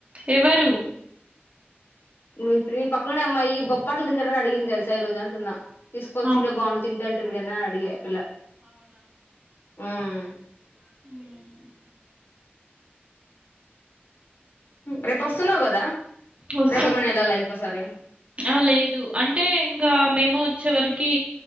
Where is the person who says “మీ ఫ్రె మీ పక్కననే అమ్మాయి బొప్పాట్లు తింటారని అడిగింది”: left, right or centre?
Left